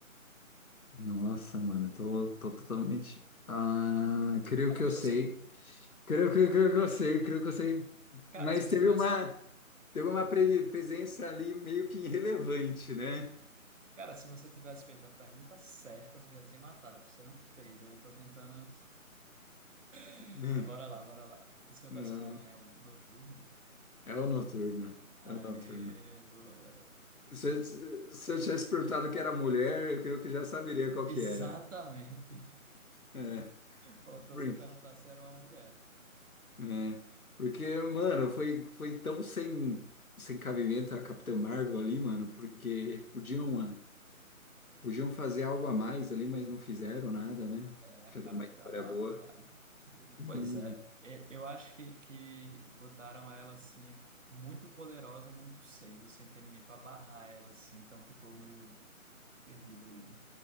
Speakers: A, on the left; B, on the right.
A: Nossa, mano, tô, tô totalmente. Ah, creio
B: É
A: que
B: porque
A: eu sei.
B: você,
A: Creio que,
B: ah,
A: creio que eu sei, creio que eu sei.
B: cara,
A: Mas
B: se você
A: teve
B: tivesse,
A: uma. Teve uma pre- presença ali meio que irrelevante, né?
B: cara, se você tivesse feito a pergunta certa, você já tinha matado, porque você não fez. Aí eu tô tentando, <laughs>
A: <laughs>
B: mas bora lá, bora lá. O seu
A: Não,
B: personagem é o Noturno?
A: É o Noturno.
B: Aê,
A: É o Noturno.
B: boa, garoto.
A: Se, eu se eu tivesse perguntado que era mulher, eu creio que já saberia qual que
B: Exatamente.
A: era. É,
B: Faltou
A: porque,
B: você perguntar se era uma mulher.
A: é, porque, mano, foi, foi tão sem, sem cabimento a Capitã Marvel ali, mano, porque podiam, mano, podiam fazer algo a mais ali, mas não fizeram nada, né?
B: É, a
A: Pra
B: Capitã
A: dar uma história
B: Marvel,
A: boa.
B: cara.
A: Uhum,
B: Pois é, e- eu acho que, que botaram ela assim, muito poderosa, muito cedo, sem ter ninguém para barrar ela, assim, então ficou meio perdido ali, né?